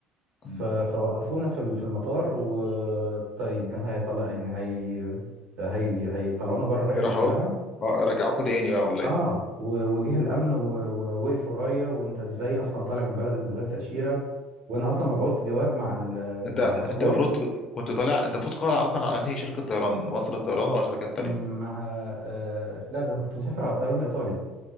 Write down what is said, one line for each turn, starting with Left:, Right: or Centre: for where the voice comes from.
Right: ف-
Left: مم.
Right: فوقفونا في ال- في المطار و طيب كان هيطلع يعني هي هي هيطلعونا بره الرحله
Left: إيه راح
Right: كلها
Left: أقول؟ اه رجعوكوا تاني بقى ولا
Right: اه
Left: ايه
Right: و- وجه الامن و- ووقف ورايا وانت ازاي اصلا طالع من بلدك من غير تاشيره وانا اصلا مبعوت جواب مع ال-
Left: انت
Right: مع
Left: انت
Right: الباسبور
Left: المفروض ت- كنت طالع انت المفروض قالع اصلا على انهي شركة طيران مصر الطيران ولا شركات تانية
Right: مع آه لا ده انا كنت مسافر على الطيران الايطالي